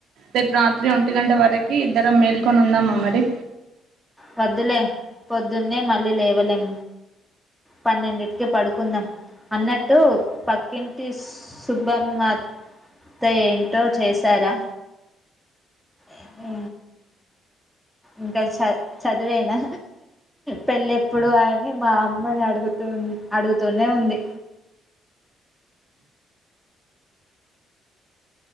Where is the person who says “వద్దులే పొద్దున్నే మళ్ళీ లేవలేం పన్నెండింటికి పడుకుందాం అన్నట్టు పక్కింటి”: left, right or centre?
Centre